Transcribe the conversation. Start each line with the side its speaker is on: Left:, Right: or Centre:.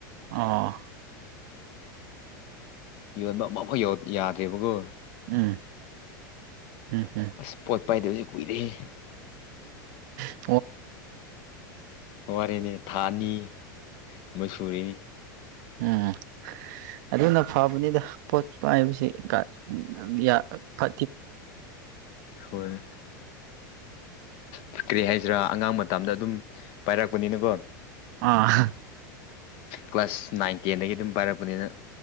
Right: ꯑ
Left: ꯌꯣꯟꯕ ꯑꯃꯐꯥꯎ ꯌꯥꯗ꯭ꯔꯦꯕꯒꯣ
Right: ꯎꯝ ꯎꯝ ꯎꯝ
Left: ꯑꯁ ꯄꯣꯠ ꯄꯥꯏꯗꯕꯁꯦ ꯀꯨꯏꯔꯦꯦ
Right: ꯑꯦ
Left: ꯋꯥꯔꯤꯦꯅꯦ ꯊꯥꯅꯤ ꯃꯁꯨꯔꯤꯅꯤ
Right: ꯎꯝ ꯑꯗꯨꯅ ꯐꯕꯅꯤꯗ ꯄꯣꯠ ꯄꯥꯏꯕꯁꯤ ꯎ ꯌꯥ ꯐ
Left: ꯍꯣꯏ ꯐꯈ꯭ꯔꯦ ꯍꯥꯏꯁꯤꯔꯥ ꯑꯉꯥꯡ ꯃꯇꯗ ꯑꯗꯨꯝ ꯄꯥꯏꯔꯛꯄꯅꯤꯅꯀꯣ
Right: ꯑꯥ
Left: ꯀ꯭ꯂꯥꯁ ꯅꯥꯏꯟ ꯇꯦꯟꯗꯒꯤ ꯑꯗꯨꯝ ꯄꯥꯏꯔꯛꯄꯅꯤꯅ